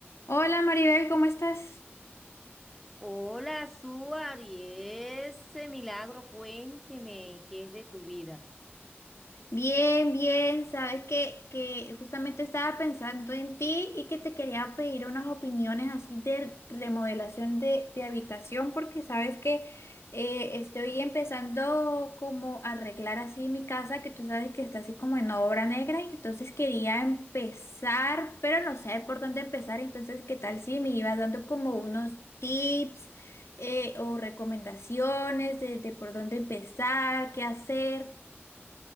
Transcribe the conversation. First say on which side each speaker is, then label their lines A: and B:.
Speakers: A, on the left (about 80°); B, in the centre.
A: Hola Maribel, ¿cómo estás?
B: Hola, Suar, y ese milagro, cuénteme, ¿qué es de tu vida?
A: Bien, bien, sabes que, que justamente estaba pensando en ti y que te quería pedir unas opiniones así de remodelación de, de habitación porque sabes que eh, estoy empezando como a arreglar así mi casa que tú sabes que está así como en obra negra y entonces quería empezar, pero no sé por dónde empezar, entonces qué tal si me ibas dando como unos tips eh, o recomendaciones de, de por dónde empezar, qué hacer.